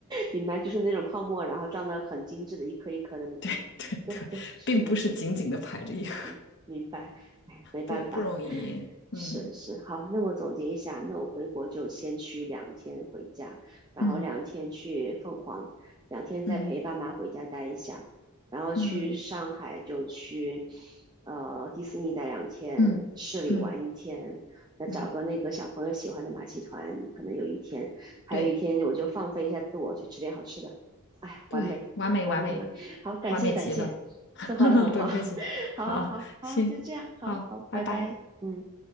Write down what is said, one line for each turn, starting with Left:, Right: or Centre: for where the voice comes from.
Right: 明白，就是那种泡沫，然后装的很精致的，一颗一颗的那种。
Left: <laughs> 对对，
Right: 对对，是的是，
Left: 并不是紧紧的排着一盒，
Right: 嗯，明白。哎，没办法。
Left: 对，不容易。嗯
Right: 是是，好，那我总结一下，那我回国就先去两天回家，然后两天去凤凰，
Left: 嗯
Right: 两天再陪爸妈回家待一下，
Left: 嗯
Right: 然后去上海就去，
Left: 嗯
Right: 呃，迪士尼待两天，
Left: 嗯嗯
Right: 市里玩一天，再找个那个小朋友喜欢的马戏团，
Left: 嗯。
Right: 可能有一天，还有一天我就放飞一下自我，
Left: 对
Right: 去吃点好吃的，哎，
Left: 对，
Right: 完美，
Left: 完美完美
Right: 完美，完美好，感谢感谢，
Left: 完美极了，<laughs>
Right: 策划的很好，
Left: 不用客气。
Right: <laughs>
Left: 好，
Right: 好啊，好好，
Left: 行，
Right: 就这样，好好，
Left: 好，拜拜。
Right: 拜拜，嗯。